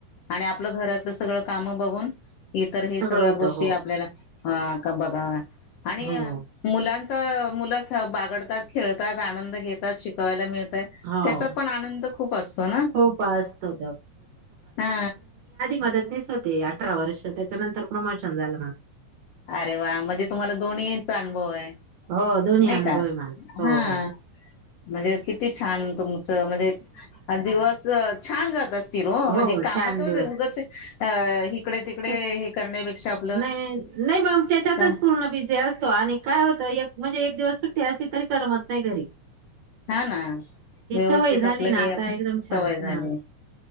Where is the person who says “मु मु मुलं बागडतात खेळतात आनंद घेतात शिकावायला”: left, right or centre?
Left